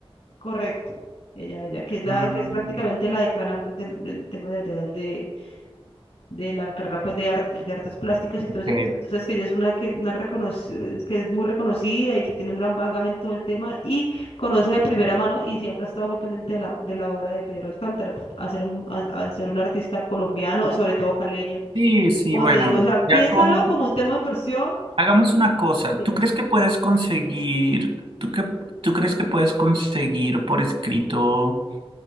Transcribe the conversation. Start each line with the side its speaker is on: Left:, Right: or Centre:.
Left: Correcto. Ella, ella, que es la,
Right: Mm,
Left: que es prácticamente la decana pues del, del tema de allá de, de la carrera pues de arte, de artes plásticas y
Right: ok.
Left: todo eso, pues entonces que ella es una que una reconoci- es que es muy reconocida y que tiene un gran bagaje en todo el tema y conoce de primera mano y siempre ha estado muy pendiente de la, de la obra de Pedro Alcántara, pues, a ser un, a, a ser un artista colombiano, sobre todo caleño.
Right: Sí, sí,
Left: Como
Right: bueno,
Left: te digo, o sea, piénsalo
Right: ya con...
Left: como un tema de inversión.
Right: Hagamos una cosa.
Left: Dime.
Right: ¿Tú crees que puedes conseguir, tú que, tú crees que puedes conseguir por escrito